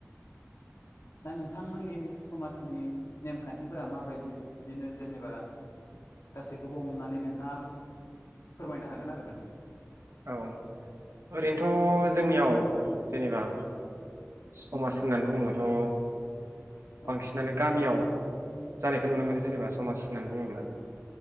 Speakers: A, on the left; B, on the right.
A: दा नोंथांमोननि समाजनि नेमखान्थिफोरा माबायदि बिदिनो जेनेबा गासैखौबो हमनानै नोंथाङा फोरमायनो हागोन आरो माने
B: औ ओरैनोथ' जोंनियाव जेनेबा समाज होननानै बुङोबाथ'
A: औ
B: बांसिनानो गामियाव जानायखौ नुनो
A: औ
B: मोनो जेनेबा समाज होननानै बुङोब्ला